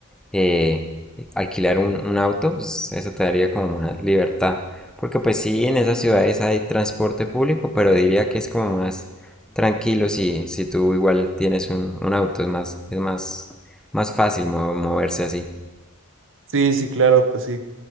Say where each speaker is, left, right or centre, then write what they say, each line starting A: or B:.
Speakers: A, in the centre; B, on the right (about 60°).
A: eh, alquilar un, un auto, pues, eso te daría como más libertad. Porque pues sí, en esas ciudades hay transporte público, pero diría que es como más tranquilo si, si tú igual tienes un, un auto, es más, es más, más fácil mo- moverse así.
B: Sí, sí, claro, pues sí.